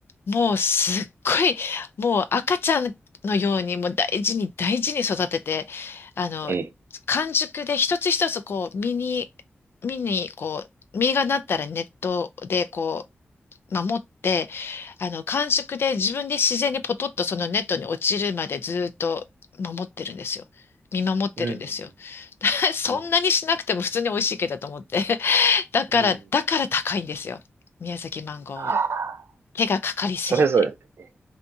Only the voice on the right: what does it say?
ええ、
うん。
うん。
うん。うん
はあ
それぞれのね、